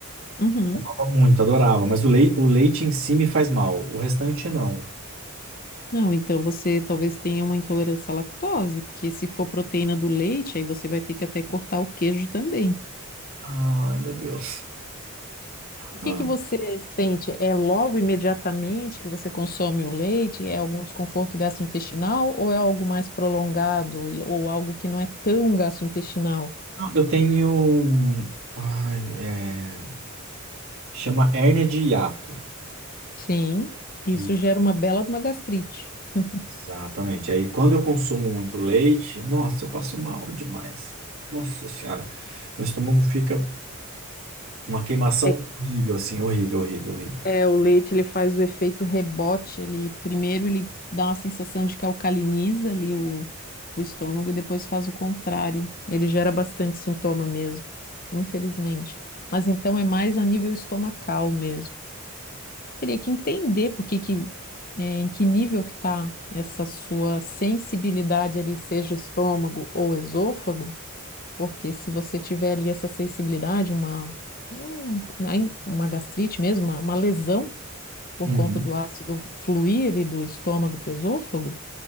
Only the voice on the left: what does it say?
Uhum.
Não, então você talvez tenha uma intolerância à lactose, porque se for proteína do leite, aí você vai ter que até cortar o queijo também.
O
que que você sente? É logo imediatamente que você consome o leite? É algum desconforto gastrointestinal ou é algo mais prolongado e- ou algo que não é tão gastrointestinal?
Sim, isso
gera uma bela de uma gastrite. <laughs>
É,
é, o leite ele faz o efeito rebote, ele primeiro ele dá uma sensação de que alcaliniza ali o, o estômago e depois faz o contrário. Ele gera bastante sintoma mesmo, infelizmente. Mas então é mais a nível estomacal mesmo. teria que entender por que que, é, em que nível que está essa sua sensibilidade ali, seja estômago ou esôfago, porque se você tiver ali essa sensibilidade, uma, um- ai- uma gastrite mesmo, uma, uma lesão por
conta do ácido fluir ali do estômago para o esôfago,